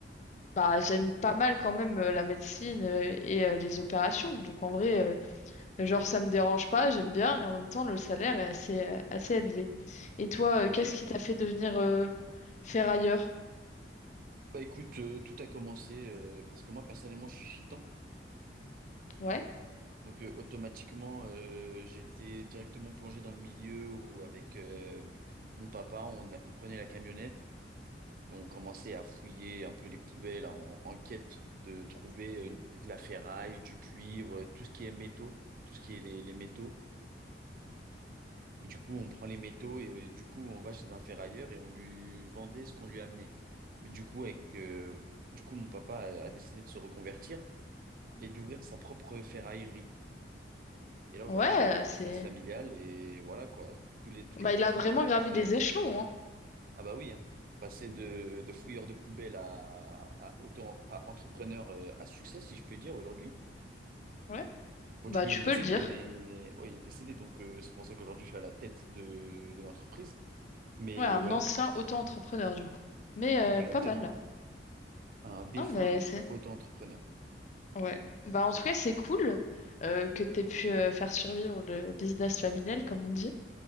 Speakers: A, on the left (about 40°); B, on the right (about 50°).
A: Bah, j'aime pas mal quand même euh, la médecine euh, et euh, les opérations. Donc en vrai, euh, genre ça me dérange pas, j'aime bien et en même temps le salaire est assez, euh, assez élevé. Et toi,
B: Ok.
A: euh, qu'est-ce qui t'a fait devenir euh, ferrailleur?
B: Bah écoute, euh, tout a commencé euh, parce que moi personnellement, je suis gitan.
A: Ouais.
B: Donc euh, automatiquement, euh, j'étais directement plongé dans le milieu où avec euh, mon papa, on, on prenait la camionnette et on commençait à fouiller un peu les poubelles en, en quête de trouver euh, de la ferraille, du cuivre, tout ce qui est métaux, tout ce qui est les, les métaux. Et du coup, on prend les métaux et euh, du coup, on va chez un ferrailleur et on lui vendait ce qu'on lui amenait. Mais du coup, avec, euh, du coup, mon papa a a décidé de se reconvertir et d'ouvrir sa propre ferraillerie. Et là, aujourd'hui,
A: Ouais,
B: je reprends le
A: c'est.
B: business familial et voilà quoi. Tous les, toutes
A: Bah,
B: les personnes
A: il a vraiment
B: qui m'apportent.
A: gravé des
B: euh,
A: échelons, hein.
B: Ah bah oui, hein. Passer de, de fouilleur de poubelle à, à, auto, à entrepreneur euh, à succès, si je peux dire, aujourd'hui.
A: Ouais.
B: Bon,
A: Bah,
B: du coup,
A: tu
B: il est décédé,
A: peux le dire.
B: mais oui il est décédé, donc euh, c'est pour ça qu'aujourd'hui, je suis à la tête de, de l'entreprise. Mais
A: Ouais, un
B: ouais,
A: ancien auto-entrepreneur, du coup. Mais euh,
B: exactement.
A: pas mal, là.
B: Un défunt
A: Non, mais c'est.
B: auto-entrepreneur.
A: Ouais. Bah, en tout cas, c'est cool euh, que t'aies pu euh, faire survivre le business familial, comme on dit.